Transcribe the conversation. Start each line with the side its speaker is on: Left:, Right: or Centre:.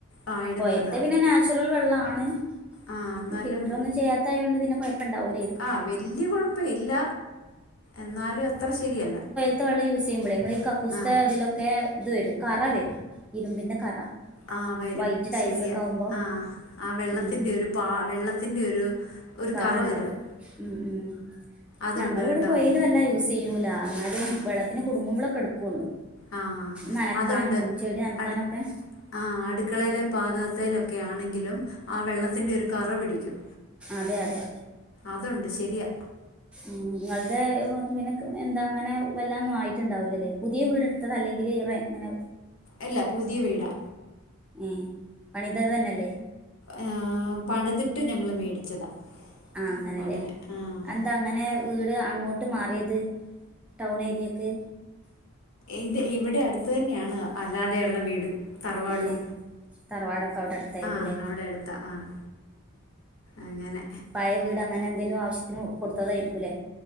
Left: ആ ഇടുന്നതാ
Centre: കൊഴൽത്തെ പിന്നെ നാച് ച്ചുറൽ വെള്ളാപണ്
Left: ആ എന്നാലും
Centre: ഈ ഫിൽറ്ററഒന്നും ചെയ്യാത്തായതോണ്ട് പിന്നെ കാെഴപ്പണ്ടാവൂലേ
Left: ആഹ് വല്ല്യ കാെഴപ്പവില്ല എന്നാലും അത്ര ശരിയല്ല
Centre: ത്ത വെള്ളം യൂസ് ചെയ്യുമ്പഴേ നമ്മൾ ഈ കക്കൂസ്ത്തെ
Left: ആഹ്
Centre: ഇതിലൊക്കെ ഇത് വരും കറ വരും ഇരുമ്പിന്റെ കറ
Left: ആഹ് വരും
Centre: വൈറ്റ് ടൈൽസൊക്കെ
Left: ശരിയാ
Centre: ആവുമ്പോ
Left: ആഹ് ആ വെള്ളത്തിൻ്റെ
Centre: ഉം
Left: ഒരു പാ വെള്ളത്തിന്റെ ഒരു ഒരു
Centre: കറണ്ടാവും
Left: കറ വരും
Centre: ഉം ഉം
Left: അതുണ്ട്
Centre: ഞങ്ങള്ഇവടെ
Left: കേട്ടോ
Centre: കൊയീല് വെള്ളാ യൂ സെയ്യൂലാ എന്നാലും വെള്ളത്തിന് കുടുങ്ങുമ്പളൊക്കെ എട്ക്കൊള്ളൂ
Left: ആഹ്
Centre: നനക്കാനും
Left: അതുണ്ട്
Centre: ചെടി നൻക്കാനൊക്കെ
Left: അട് ആഹ് അടുക്കളയിലെ പാതകത്തേലൊക്കെ ആണെങ്കിലും ആ വെള്ളത്തിൻ്റെ ഒരു കറ പിടിക്കും
Centre: അതെ അതെ
Left: അതുണ്ട് ശരിയാ
Centre: ഇങ്ങൾടെ ഇങ്ങനെ എന്താ അങ്ങനെ വല്ലാ ഒന്നും ആയിട്ട്ണ്ടാവൂലലേ പുതിയ വീട് ത്തതല്ലെങ്കില് റെ ഇങ്ങനെ
Left: ഇല്ല പുതിയ വീടാ
Centre: ഉം പണിതതന്നെല്ലേ
Left: ആഹ് പണിതിട്ട് ഞങ്ങൾ മേടിച്ചതാ
Centre: ആ അങ്ങനെയല്ലേ
Left: അപ്പം അങ്ങനെ ആഹ്
Centre: എന്താ അങ്ങനെ വീട് അങ്ങോട്ട് മാറിയത് ടൗൺ ഏരിയക്ക്
Left: ഇത് ഇവിടെ അട്ത്ത് തന്നെയാണ് അല്ലാതെയുള്ള വീട് തറവാടും
Centre: ഏ തറവാടൊക്കെ അവിടെ അടുത്തായിരിക്കുംല്ലേ
Left: ആഹ് അവിടെ അട്ത്താ ആഹ് അങ്ങനെ
Centre: പയെ വീട് അങ്ങനെ എന്തേലും ആവശ്യത്തിന് കൊട്ത്തതെെര്ക്കുലേ